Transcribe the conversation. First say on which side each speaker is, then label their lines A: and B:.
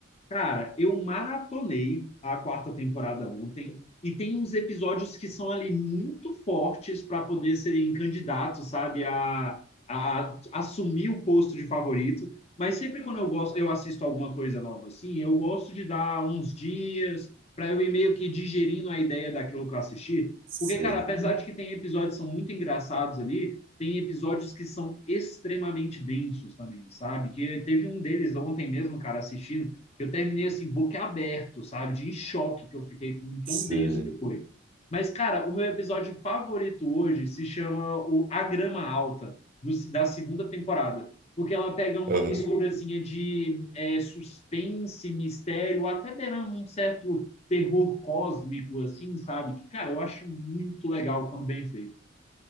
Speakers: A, on the left; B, on the right.
A: Cara, eu maratonei a quarta temporada ontem e tem uns episódios que são ali muito fortes para poder serem candidatos, sabe, a, a assumir o posto de favorito. Mas sempre quando eu gosto, eu assisto alguma coisa nova assim, eu gosto de dar uns dias para eu ir meio que digerindo a ideia daquilo que eu assisti.
B: Sei,
A: Porque, cara, apesar de que tem episódios que são muito engraçados ali, tem episódios que são extremamente densos também, sabe? Que teve um deles ontem mesmo, cara, assistindo que eu terminei assim, boca aberto, sabe? De em choque que eu fiquei com um
B: sei.
A: tão denso que foi. Mas, cara, o meu episódio favorito hoje se chama o A Grama Alta, do, da segunda temporada. Porque ela pega uma
B: Aham.
A: misturazinha de é, suspense, mistério, até beirando um certo terror cósmico, assim, sabe? Que, cara, eu acho muito legal quando bem feito.